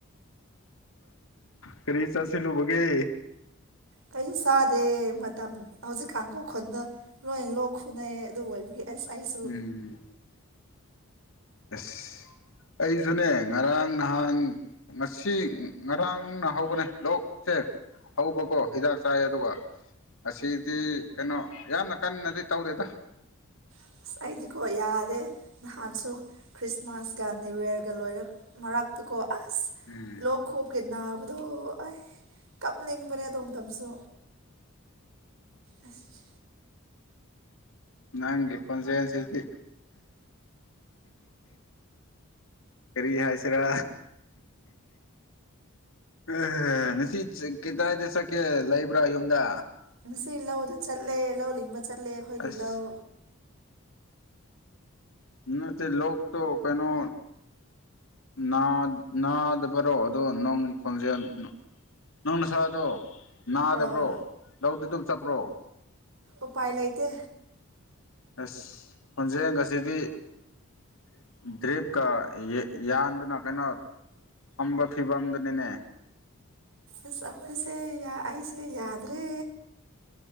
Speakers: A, on the left (about 70°); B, on the right (about 75°).
A: ꯀꯔꯤ ꯆꯥꯁꯤꯜ ꯂꯨꯕꯒꯦ
B: ꯀꯩꯁꯨ ꯆꯥꯗꯦ ꯃꯇꯝ ꯍꯧꯖꯤꯛ ꯀꯥꯡꯈ ꯈꯨꯟꯗ ꯂꯣꯏꯅ ꯂꯣꯛ ꯈꯨꯅꯩ ꯑꯗꯨ ꯑꯣꯏꯕꯒꯤ ꯑꯦꯁ ꯑꯩꯁꯨ
A: ꯎꯝ ꯑꯁ ꯑꯩꯁꯨꯅꯦ ꯉꯔꯥꯡ ꯅꯍꯥꯟ ꯉꯁꯤ ꯉꯔꯥꯡꯅ ꯍꯧꯕꯅꯦ ꯂꯣꯛ ꯊꯦꯛ ꯍꯧꯕꯀꯣ ꯍꯤꯗꯥꯛ ꯆꯥꯏ ꯑꯗꯨꯒ ꯑꯁꯤꯗꯤ ꯀꯩꯅꯣ ꯌꯥꯝꯅ ꯀꯟꯅꯗꯤ ꯇꯧꯗꯦꯗ
B: ꯑꯁ ꯑꯩꯗꯤꯀꯣ ꯌꯥꯗꯦ ꯅꯍꯥꯟꯁꯨ ꯈ꯭ꯔꯤꯁꯃꯥꯁ ꯒꯥꯟꯗꯋꯦꯔꯒ ꯂꯣꯏꯔ ꯃꯔꯛꯇꯀꯣ ꯑꯁ
A: ꯎꯝ
B: ꯃꯈꯣꯛꯞꯀꯤ ꯅꯥꯕꯗꯣ ꯑ ꯀꯞꯅꯤꯡꯕꯅꯦ ꯑꯗꯣꯝ ꯃꯇꯝꯁꯨ ꯑꯁ
A: ꯅꯪꯒꯤ ꯈꯨꯣꯟꯖꯦ ꯑꯟꯁꯤꯗꯤ ꯀꯔꯤ ꯍꯥꯏꯁꯔ ꯎ ꯉꯁꯤ ꯀꯗꯥꯏꯗ ꯆꯠꯀꯦ ꯂꯩꯕ꯭ꯔꯥ ꯌꯨꯝꯗ
B: ꯉꯁꯤ ꯂꯧꯗ ꯆꯠꯂꯦ ꯂꯧ ꯂꯤꯡꯕ ꯆꯠꯂꯦ ꯑꯩꯈꯣꯏꯒꯤ
A: ꯑꯁ
B: ꯂꯧ
A: ꯎꯠꯇ ꯂꯣꯛꯇꯣ ꯀꯩꯅꯣ ꯅꯥ ꯅꯥꯗꯕꯔꯣ ꯑꯗꯣ ꯅꯪ ꯈꯣꯟꯖꯦꯜ ꯅꯪ ꯅ ꯁꯥꯥꯗꯣ ꯅꯥꯗꯕ꯭ꯔꯣ
B: ꯑꯥ
A: ꯂꯧꯗꯨ ꯑꯗꯨꯝ ꯆꯠꯄ꯭ꯔꯣ
B: ꯎꯄꯥꯏ ꯂꯩꯇꯦ
A: ꯑꯁ ꯈꯣꯟꯖꯦ ꯉꯁꯤꯗꯤ ꯗ꯭ꯔꯤꯞꯀ ꯌꯥꯟꯗꯨꯅ ꯀꯩꯅꯣ ꯐꯝꯕ ꯐꯤꯕꯝꯗꯅꯤꯅꯦ
B: ꯑꯁ ꯑꯩꯈꯣꯏꯁꯦ ꯑꯩꯁꯦ ꯌꯥꯗ꯭ꯔꯦ